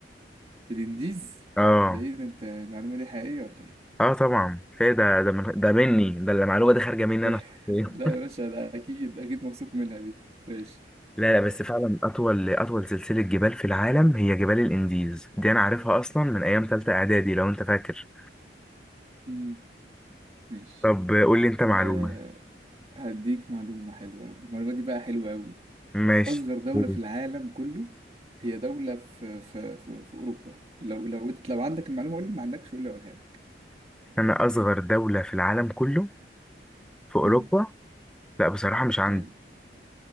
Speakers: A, on the right; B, in the centre.
A: الانديز
B: اه
A: ده ايه ده انت المعلومة دي حقيقية ولا ايه
B: اه طبعا فايه ده ده من ده مني ده المعلومه دي خارجه مني
A: ده
B: انا شخصيا
A: <laughs> لا يا باشا ده اكيد اكيد مبسوط منها دي ماشي
B: لا لا بس فعلا اطول اطول سلسله جبال في العالم هي جبال الانديز دي انا عارفها اصلا من ايام تالتة اعدادي لو انت فاكر
A: مم، ماشي
B: طب قول لي انت معلومه
A: أه هديك معلومة حلوة أوي المعلومة دي بقى حلوة أوي
B: ماشي
A: أصغر دولة
B: قول.
A: في العالم كله هي دولة في في في, في أوروبا لو لو أنت لو عندك المعلومة قول لي ما عندكش قول لي أقولها لك
B: انا اصغر دوله في العالم كله في اوروبا
A: امم
B: لا بصراحه مش عندي
A: أيوة